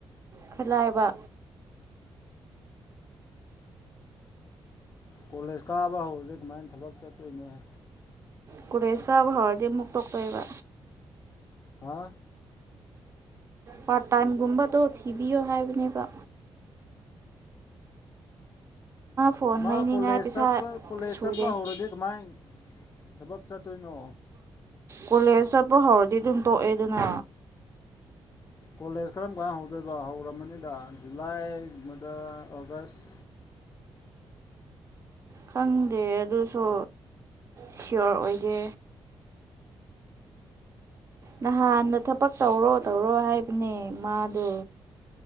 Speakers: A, on the right (about 30°); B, on the left (about 30°).
A: ꯈꯔ ꯂꯥꯏꯕ
B: ꯀꯣꯂꯦꯖ ꯀꯥꯕ ꯍꯧꯔꯗꯤ ꯀꯃꯥꯏꯅ ꯊꯕꯛ ꯆꯠꯇꯣꯏꯅꯣ ꯍꯦ
A: ꯀꯨꯔꯦꯁ ꯀꯥꯕ ꯍꯔꯗꯤꯃꯨꯛ ꯄꯣꯛꯄꯑꯕ
B: ꯍꯥ
A: ꯄꯥꯔꯠ ꯇꯥꯏꯝꯒꯨꯝꯕꯗꯣ ꯊꯤꯕꯤꯌꯣ ꯍꯥꯏꯕꯅꯦꯕ ꯐꯣꯟ
B: ꯃꯥ
A: ꯂꯩꯅꯤꯡꯉꯥꯏ
B: ꯀꯣꯂꯦꯁ
A: ꯄꯩꯁꯥ
B: ꯆꯠꯄ ꯀꯣꯂꯦꯁ
A: ꯁꯨꯗꯦ
B: ꯆꯠꯄ ꯍꯧꯔꯗꯤ ꯀꯃꯥꯏ ꯊꯕꯛ ꯆꯠꯇꯣꯏꯅꯣ
A: ꯀꯣꯂꯦꯖ ꯆꯠꯄ ꯍꯧꯔꯗꯤ ꯑꯗꯨꯝ ꯇꯣꯛꯑꯦ ꯗꯅ
B: ꯀꯣꯂꯦꯖ ꯀꯔꯝꯀꯥꯟ ꯍꯧꯗꯣꯏꯕ ꯍꯧꯔꯃꯝꯅꯤꯗ ꯖꯨꯂꯥꯏꯒꯨꯝꯕꯗ ꯑꯣꯒꯁ
A: ꯈꯪꯗꯦ ꯑꯗꯨꯁꯨ ꯁꯤꯌꯣꯔ ꯑꯣꯏꯗꯦ ꯅꯍꯥꯟꯗ ꯊꯕꯛ ꯇꯧꯔꯣ ꯇꯧꯔꯣ ꯍꯥꯏꯕꯅꯦ ꯃꯥꯗꯣ